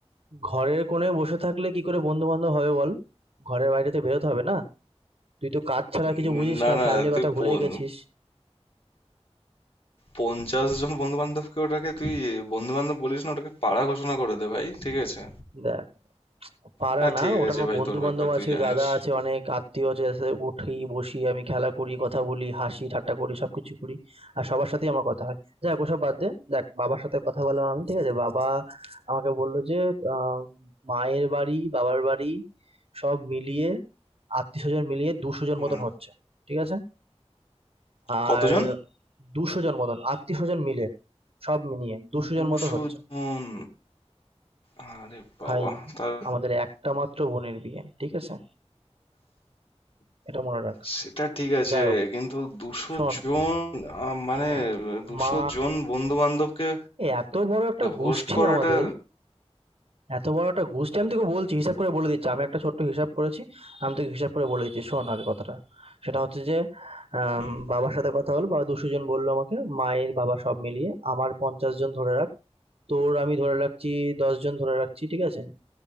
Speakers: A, on the right; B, on the left.
A: ঘরের কোণে বসে থাকলে কি করে বন্ধু বান্ধব হবে বল ঘরের বাইরে তো বেরোতে হবে না তুই তো কাজ ছাড়া কিছু
B: উম,
A: বুঝিস
B: না
A: না
B: না
A: ফ্যামিলির
B: তুই
A: কথা ভুলেই
B: পন-
A: গেছিস
B: পঞ্চাশ জন বন্ধু বান্ধবকে ওটাকে তুই বন্ধু বান্ধব বলিস না ওটাকে পাড়া ঘোষণা করে দে ভাই ঠিক আছে
A: দেখ পাড়া
B: হ্যাঁ
A: না
B: ঠিক
A: ওটা
B: আছে
A: আমার
B: ভাই
A: বন্ধু
B: তোর ব্যাপার
A: বান্ধব
B: তুই
A: আছে
B: জানিস
A: দাদা আছে অনেক আত্মীয় আছে যাদের সাথে উঠি বসি আমি খেলা করি কথা বলি হাসি ঠাট্টা করি সবকিছু করি আর সবার সাথেই আমার কথা হয় যাক ওসব বাদ দে দেখ বাবার সাথে কথা বললাম আমি ঠিক আছে বাবা আমাকে বললো যে আহ, মায়ের বাড়ি বাবার বাড়ি সব মিলিয়ে আত্মীয় স্বজন মিলিয়ে দুশো জন
B: হুম
A: মতন হচ্ছে ঠিক আছে
B: কতজন
A: আর দুশো জন মতন আত্মীয় স্বজন মিলে সব মিলিয়ে দুশো
B: দুশো
A: জন মতো হচ্ছে
B: জন আরে বাবা
A: ভাই
B: তার
A: আমাদের একটা মাত্র বোনের বিয়ে ঠিক আছে এটা মনে রাখ
B: সেটা ঠিক আছে
A: যাই হোক
B: কিন্তু দুশো
A: শোন
B: জন আহ, মানে
A: আহ,
B: দুশো
A: মা
B: জন বন্ধু বান্ধবকে
A: এত বড় একটা গোষ্ঠী
B: হোস্ট করাটা
A: আমাদের এত বড় একটা গোষ্ঠী আমি তোকে বলছি হিসাব করে বলে দিচ্ছি আমি একটা ছোট্ট হিসাব করেছি আমি তোকে হিসাব করে বলে দিচ্ছি শোন আগে কথাটা সেটা হচ্ছে যে আম,
B: উম,
A: বাবার সাথে কথা হলো বাবা দুশো জন বললো আমাকে মায়ের বাবা সব মিলিয়ে আমার পঞ্চাশ জন ধরে রাখ তোর আমি ধরে রাখছি দশ জন ধরে রাখছি ঠিক আছে